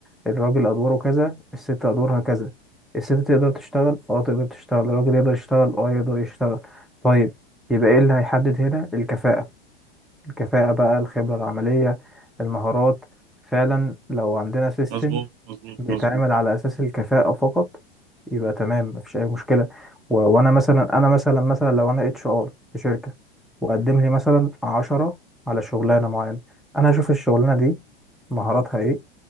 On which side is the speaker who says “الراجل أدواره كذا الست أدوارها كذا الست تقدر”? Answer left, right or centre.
Centre